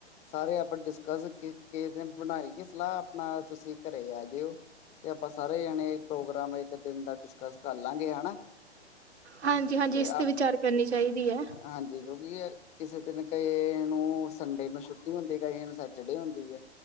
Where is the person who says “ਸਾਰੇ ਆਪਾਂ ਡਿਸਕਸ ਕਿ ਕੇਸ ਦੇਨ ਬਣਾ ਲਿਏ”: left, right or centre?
Left